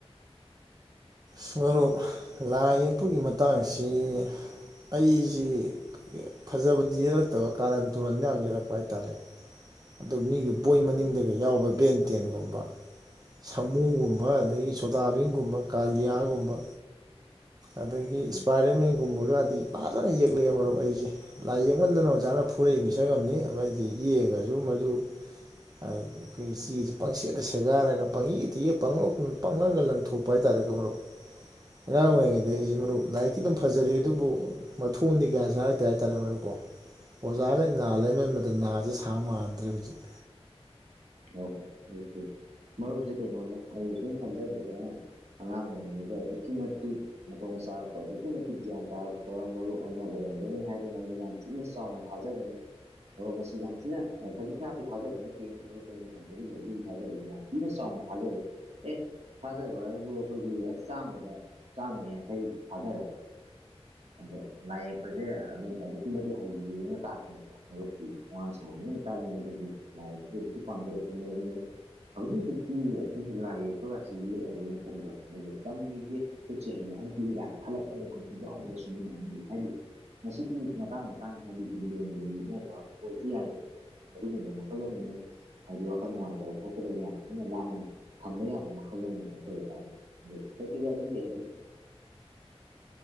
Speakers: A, on the right; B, on the right.
A: ꯁꯨꯞ ꯂꯥꯏ ꯌꯦꯛꯄꯒꯤ ꯃꯇꯥꯡꯁꯤ ꯑꯩꯁꯤ ꯐꯖꯕꯗꯤ ꯌꯦꯦꯜꯂꯛꯇꯕ ꯀꯥꯔꯟ ꯇꯨꯔꯟ ꯃ ꯌꯥꯝ ꯌꯦꯦꯜꯂꯛꯄ ꯍꯥꯏꯇꯥꯔꯦ ꯑꯗꯨ ꯃꯤꯒꯤ ꯕꯣꯏ ꯃꯅꯤꯡꯗꯒ ꯌꯥꯎꯕ ꯕꯦꯟ ꯇꯦꯟꯒꯨꯝꯕ ꯁꯥꯃꯨꯒꯨꯝꯕ ꯑꯗꯒꯤ ꯁꯣꯇꯥꯕꯤꯟꯒꯨꯝꯕ ꯀꯥꯂꯤꯌꯥꯒꯨꯝꯕ ꯑꯗꯒꯤ ꯏꯁꯄꯥꯏꯔꯃꯦꯟꯒꯨꯝꯕꯒꯗꯤ ꯐꯖꯅ ꯌꯦꯛꯂꯛꯑꯦ ꯃꯔꯨꯞ ꯑꯩꯁꯦ ꯂꯥꯏ ꯌꯦꯛꯃꯟꯗꯅ ꯑꯣꯖꯥ ꯅ ꯐꯨꯔꯛꯏ ꯃꯤꯁꯛ ꯑꯃꯅꯤ ꯍꯥꯏꯗꯤ ꯌꯦꯡꯉꯁꯨ ꯃꯗꯨ ꯑꯩꯈꯣꯏ ꯆꯦꯁꯤꯦ ꯄꯪꯁꯦꯗ ꯁꯦꯒꯥꯏꯔꯒ ꯄꯪ ꯏꯛꯇ ꯄꯪꯂꯪꯒ ꯂꯪꯊꯣꯛꯄ ꯄ ꯍꯥꯏꯇꯥꯔꯦꯀꯣ ꯃꯔꯨꯞ ꯑꯉꯥꯡ ꯑꯣꯏꯔꯤꯉꯩꯗꯒꯤ ꯍꯧꯁꯤ ꯃꯔꯨꯞ ꯂꯥꯏꯔꯤꯛꯛꯇ ꯑꯗꯨꯝ ꯐꯖꯔꯤ ꯑꯗꯨꯕꯨ ꯃꯊꯣꯟꯗꯤ ꯀꯌꯥꯁꯨ ꯍꯥꯏꯇꯦ ꯍꯥꯏꯇꯥꯔꯦ ꯃꯣꯏ ꯀꯣ ꯑꯣꯖꯥꯒ ꯅꯥ ꯂꯩꯃꯟꯕꯗ ꯁꯦ ꯁꯥꯡ ꯃꯥꯟꯗ꯭ꯔꯦ ꯍꯧꯖꯤꯛ
B: ꯑ ꯍꯣ ꯑꯣꯀꯦ ꯃꯔꯨꯞꯁꯤꯦ ꯀꯩꯅꯣꯅꯦ ꯑꯩ ꯁꯨꯝ ꯈꯟꯖꯕꯗ ꯑꯉꯥꯡ ꯑꯣꯏꯔꯤꯉꯩꯗ ꯑꯗꯨꯛꯀꯤ ꯃꯇꯤꯛ ꯃꯣꯡ ꯆꯥꯔꯛꯄ ꯑꯗꯨꯛꯀꯤ ꯃꯇꯤꯛ ꯒ꯭ꯌꯥꯟ ꯇꯥꯔꯛꯄ ꯃꯔꯨꯞ ꯑꯃ ꯑꯣꯏꯔꯛꯄ ꯆꯡꯒꯅꯤ ꯍꯥꯏꯗꯅ ꯑꯩꯗꯤ ꯌꯥꯝ ꯊꯤꯅ ꯆꯥꯎꯅ ꯊꯥꯖꯕꯅꯤ ꯑꯣ ꯃꯁꯤ ꯌꯥꯝ ꯊꯤꯅ ꯈꯖꯤꯛ ꯈꯔꯇꯤ ꯐꯥꯖꯕ ꯅꯠꯇꯦ ꯃꯔ ꯑꯩꯅ ꯊꯝꯖꯔꯤꯁꯦ ꯍꯧꯖꯤꯛ ꯊꯥꯖꯕꯗꯤ ꯌꯥꯝ ꯊꯤꯅ ꯆꯥꯎꯅ ꯊꯥꯖꯕ ꯑꯦ ꯊꯥꯖꯕ ꯍꯥꯏꯕꯨ ꯑꯩꯈꯣꯏꯒꯤ ꯑꯁ ꯆꯥꯝꯃꯗ ꯆꯥꯝꯃ ꯌꯥꯡꯈꯩ ꯊꯥꯗꯔꯦ ꯑꯗꯣ ꯂꯥꯏ ꯌꯦꯛꯄꯁꯦ ꯑꯗꯨꯝ ꯑꯗꯨꯛꯀꯤ ꯃꯇꯤꯛ ꯍꯩꯕꯤꯅ ꯇꯥꯛꯄꯅꯤꯀꯣ ꯃꯔꯨꯞꯀꯤ ꯋꯥ ꯁꯉ ꯇꯥꯅ ꯑꯗꯨꯗꯤ ꯂ ꯄꯗꯔ ꯍꯧꯖꯤꯛ ꯍꯧꯖꯤꯛꯇꯤ ꯑꯩꯈꯣꯏꯒꯤ ꯂꯥꯏ ꯌꯦꯛꯄꯒ ꯁꯤ ꯌꯦꯛꯑꯔꯣꯏꯅ ꯈꯟꯕ꯭ꯔ ꯑꯗꯨꯒ ꯇꯝꯒꯤꯁꯦ ꯍꯧꯖꯤꯛꯁꯦ ꯍꯩꯅ ꯪ ꯀꯥꯏꯅ ꯈꯜꯂꯛꯄꯒ ꯈꯣꯠꯄꯤ ꯌꯥꯥꯎꯗ꯭ꯔꯁꯨꯅꯦ ꯑꯅ ꯍꯥꯏꯅꯤꯡꯦ ꯍꯥꯏꯗꯤ ꯃꯁꯤꯗꯤ ꯃꯇꯥꯡ ꯃꯇꯥꯡ ꯍꯥꯏꯗꯤꯗꯤ ꯂꯦꯟꯗꯨꯗ ꯌꯦꯛꯅꯕ ꯄꯣꯠꯁꯨ ꯌꯥꯏꯗꯕꯀꯣ ꯑꯗꯨꯒꯨꯝꯕ ꯃꯈꯜ ꯑꯃꯅꯤ ꯎꯝ ꯍꯥꯏꯗꯤ ꯋꯥꯈꯜ ꯅꯨꯡꯉꯥꯏꯇꯕ ꯈꯣꯠꯄꯗꯗꯒꯤ ꯌꯥꯝ ꯊꯤꯅ ꯂꯥꯞꯅ ꯊꯝꯕ ꯌꯥꯕ ꯃꯈꯜ ꯑꯃꯅꯤ ꯍꯥꯏꯖꯕ ꯇꯥꯔꯦꯅꯦ ꯑꯗꯨ ꯊꯦꯇꯤ ꯀꯗꯤ ꯂꯩ ꯍꯥꯏꯗꯤ